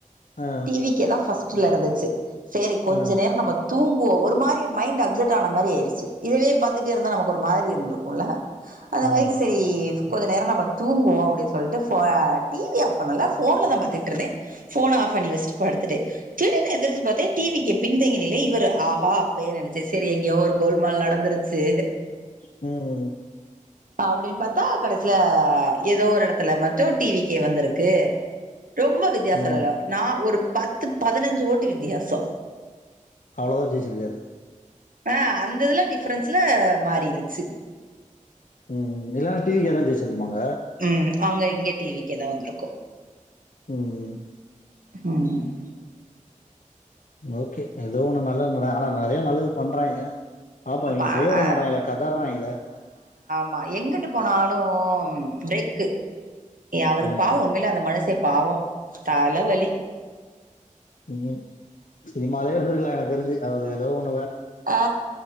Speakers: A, on the left; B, on the right.
A: ஆ
B: டி வி க்கேதா ஃபர்ஸ்ட்டுலருந்துச்சு சேரி கொஞ்ச
A: ஆ
B: நேர நம்ம தூங் ஓ ஒரு மாரி மைண்ட்டு அஃப்செட் ஆன மாரி ஏருச்சு இதுவே பாத்துட்டே இருந்தா நமக்கு ஒரு மாரி இந்துருக்குல்ல அந்த
A: ஆமா
B: மாரிக்கு செரி கொஞ்ச நேர நம்ம தூங்குவோ அப்டின் சொல்ட்டு ஃபோ அ டிவிய ஆஃப் பண்ணல ஃபோன்லதா பாத்ட்ருந்தே ஃபோன ஆஃப் பண்ணி வஸ்டு படுத்துட்டு திடீர்னு எந்திரிச்சு பாத்தே டி வி கே பின் தங்கிய நிலை இவரு ஆஹா அப்பியே நெனச்ச செரி எங்கியோ ஒரு கோல்மால் நடந்துருச்சு
A: ம்
B: அப்டின்னு பாத்தா கடைசில எதோ ஒரு எடத்துல மட்டு டி வி கே வந்திருக்கு க்கு ரொம்ப வித்தியாசோல்லா
A: ம்
B: இல்ல நா ஒரு பத்து பதினஞ்சு ஓட்டு வித்தியாசோ
A: அவ்ளதா ஜெயச்சிருக்காரு
B: ஆ அந்த இதுல டிஃப்ரென்ஸ்ல மாறிருச்சு
A: ம் இல்லாட்டி <unintelligible> ஜெய்ச்சிருப்பாங்க
B: ம் அங்க இங்க டி வி கேதா வந்திருக்கு
A: ம்
B: ம்
A: ஓகே எதோ ஒண்ணு நல்ல நட ஆனா நெறயா நல்லது பண்றாங்க பாப்போ
B: அப்ப
A: நீங்க செய்ய விட
B: அ
A: மாடறாங்கலே கதறாங்ல்ல
B: மா எங்கிட்டு போனாலு பிரேக்கு எ அவருக்கு
A: ஆமா
B: பாவோ உண்மைலயே அந்த மனசு த்தே பாவோ தல வலி
A: ம் சினிமாலயே இருந்திருக்கலா எனக்கு தெரிஞ்சு அவர் எதோ ஒன்னு
B: அ